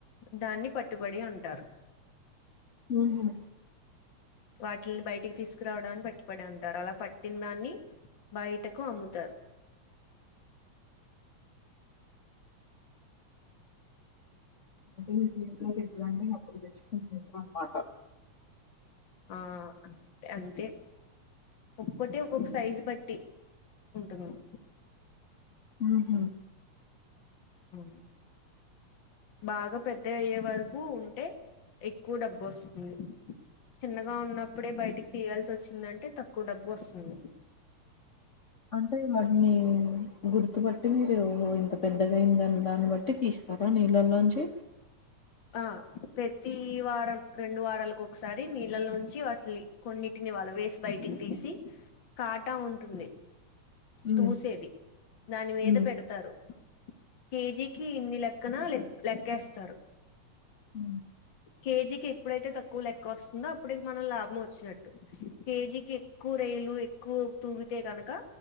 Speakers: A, on the left; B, on the left.
A: దాన్ని పట్టుబడి అంటారు
B: హూ హమ్
A: వాటిని బయటికి తీసుకురావడాన్ని పట్టిపడి అంటారు అలా పట్ తిన్నన్ని బయటకు అమ్ముతారు
B: అయితే నీకు ఏప్పుదండే అప్పుడు తెచ్చుకుంటుంట్రరు అనమాట <inaudible>
A: ఆ అంతే ఒక్కటే ఒక్కొక్క సైజు పట్టి ఉంటున్నాం
B: హూ హమ్
A: ఉ బాగా పెద్దగ అయ్యే వరకు ఉంటే ఎక్కువ డబ్బు వస్తుంది చిన్నగా ఉన్నప్పుడే బయటికి తీయాల్సి వచ్చిందంటే తక్కువ డబ్బు వస్తుంది.
B: అంటే వాటిని గుర్తుబట్టి మీరు ఓహో ఇంత పెద్దగా ఆయిందని దాన్ని బట్టి తీస్ <unintelligible> నీళ్ళల్లోంచి
A: ఆ ప్రతి వారం రెండు వారాలకు ఒక్కసారి నీళ్లలో నుంచి వాటిని కొన్నిటిని వలవేసి బయటికి తీసి, కాటా ఉంటుంది.
B: ఉమ్
A: తూసేది దాని మీద
B: ఉమ్
A: పెడతారు కేజీ కి ఇన్ని లెక్కన లె లెక్కేస్తారు.
B: ఉమ్
A: కేజీకి ఎప్పుడైతే తక్కువ లెక్క వస్తుందో అప్పటికి మనకి లాభంలో వచ్చినట్టు కేజీకి ఎక్కు రైలు ఎక్కు పువ్వు తిననకా